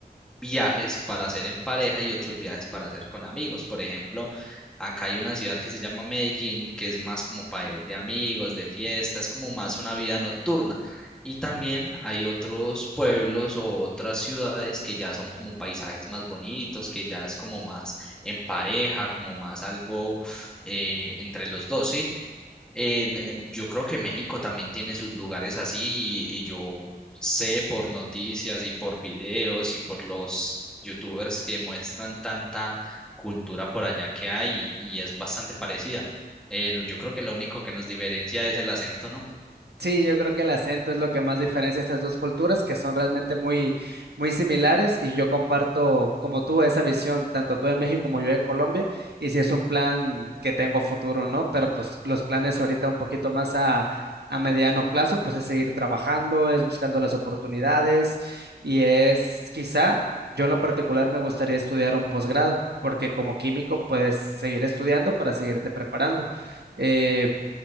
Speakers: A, in the centre; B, on the right (about 85°).
A: viajes para hacer en pareja y otros viajes para hacer con amigos. Por ejemplo, acá hay una ciudad que se llama Medellín, que es más como para ir de amigos, de fiesta, es como más una vida nocturna. Y también hay otros pueblos o otras ciudades que ya son como paisajes más bonitos, que ya es como más en pareja, como más algo eh, entre los dos, ¿sí? en- en- yo creo que México también tiene sus lugares así y, y yo sé por noticias y por videos y por los youtubers que muestran tanta cultura por allá que hay y, es bastante parecida. Eh, lo- yo creo que lo único que nos diferencia es el acento, ¿no?
B: Sí, yo creo que el acento es lo que más diferencia estas dos culturas, que son realmente muy, muy similares, y yo comparto como tú esa visión, tanto tú de México como yo de Colombia, y si es un plan que tengo a futuro, ¿no? Pero pues los planes ahorita un poquito más a, a mediano plazo, pues es seguir trabajando, es buscando las oportunidades, y es quizá, yo en lo particular me gustaría estudiar un posgrado, porque como químico puedes seguir estudiando para seguirte preparando. Eh,